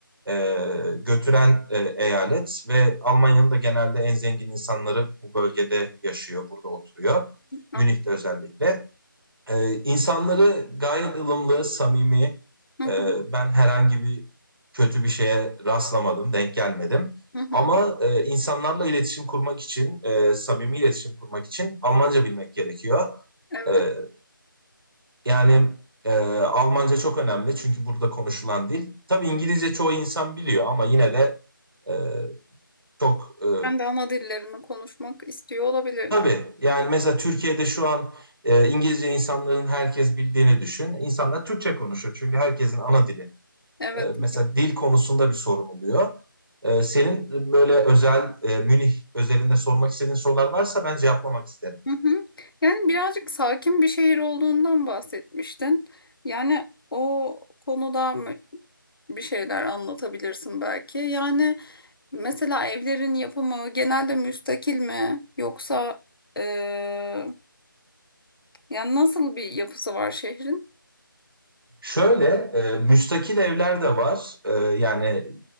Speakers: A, on the right (about 80°); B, on the left (about 80°).
A: e, götüren e, eyalet ve Almanya'nın da genelde en zengin insanları bu bölgede yaşıyor, burada oturuyor.
B: An-
A: Münih'te özellikle. Ee, insanları gayet ılımlı, samimi.
B: Hı hı.
A: Ee, ben herhangi bir kötü bir şeye rastlamadım, denk gelmedim.
B: Hı hı.
A: Ama e, insanlarla iletişim kurmak için, e, samimi iletişim kurmak için Almanca bilmek gerekiyor.
B: Evet.
A: Ee, yani e, Almanca çok önemli çünkü burada konuşulan dil. Tabii İngilizce çoğu insan biliyor ama yine de e, çok e,
B: Ben de ana dillerini konuşmak istiyor olabilirler.
A: Tabii. Yani mesela Türkiye'de şu an e, İngilizce insanların herkes bildiğini düşün. İnsanlar Türkçe konuşuyor çünkü herkesin ana dili.
B: Evet.
A: E, mesela dil konusunda bir sorun oluyor. E, senin böyle özel, e, Münih özelinde sormak istediğin sorular varsa ben cevaplamak isterim.
B: Hı hı. Yani birazcık sakin bir şehir olduğundan bahsetmiştin. Yani o konuda bir şeyler anlatabilirsin belki. Yani mesela evlerin yapımı genelde müstakil mi yoksa e, yani nasıl bir yapısı var şehrin?
A: Şöyle e, müstakil evler de var. E, yani